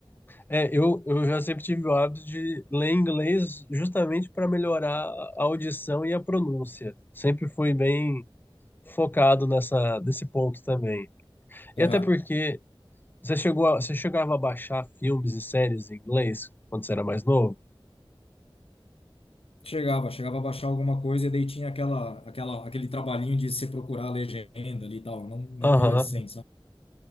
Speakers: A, on the left; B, on the left.
A: É, eu, eu já sempre tive o hábito de ler inglês justamente para melhorar a audição e a pronúncia. Sempre fui bem focado nessa, nesse ponto também. E
B: Aham.
A: até porque você chegou a- você chegava a baixar filmes e séries em inglês quando você era mais novo?
B: Chegava, chegava a baixar alguma coisa e daí tinha aquela, aquela, aquele trabalhinho de se procurar a legenda ali e tal. Não, não
A: Aham.
B: via sem, sabe?